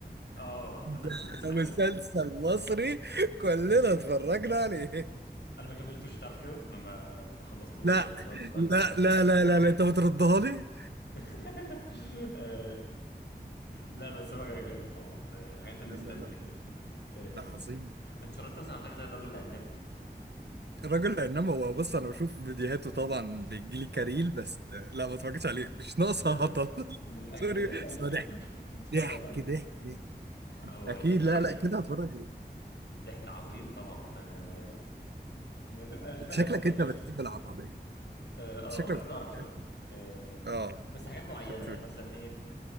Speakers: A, on the left; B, on the right.
A: آه
B: <laughs>
A: <laughs>
B: ده
A: الحاجات
B: مسلسل مصري كلنا اتفرجنا عليه
A: انا ما كملتوش تعرف كده انا ما ما خلصتوش
B: لا
A: يعني اللي هو اتفرجت
B: لا
A: على حاجات
B: لا
A: في النص
B: لا لا, لا. انت بتردها لي
A: <laughs> آه لا بس هو كان جامد طبعا آه، حاجات النوستالجيا
B: لا لا لا
A: كده آه
B: ده عظيم
A: اتفرجت مثلا على حاجه زي الرجل العناب
B: الراجل عناب هو بص انا بشوف فيديوهاته طبعا بيجيلي كاريل
A: اه
B: بس لا ما اتفرجتش عليه مش ناقصه
A: لا لا
B: هطل
A: لا
B: <laughs>
A: من أجمد
B: سوري
A: الحاجات
B: بس هو ضحك
A: اللي <laughs> ممكن تتفرج
B: ضحك
A: عليها
B: ضحك ضحك
A: هو
B: اكيد
A: ضحك
B: لا
A: ضحك
B: لا كده هتفرج عليه.
A: ضحك عظيم طبعا آه، ما تبقاش
B: انت
A: فاهم
B: شكلك
A: يعني
B: انت بتحب العربيه
A: آه, آه
B: انت شكلك
A: بحب
B: بتحب
A: العربي
B: العربية.
A: شوية آه
B: اه
A: بس حاجات معينة
B: خدت
A: يعني
B: بالي.
A: مثلا ايه